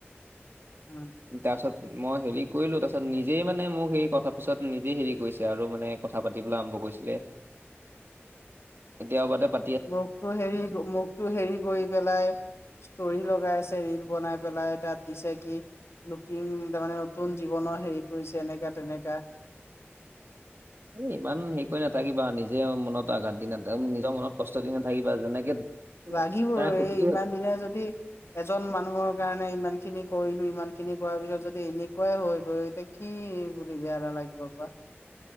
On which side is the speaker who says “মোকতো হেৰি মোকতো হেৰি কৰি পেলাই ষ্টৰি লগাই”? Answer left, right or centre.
Left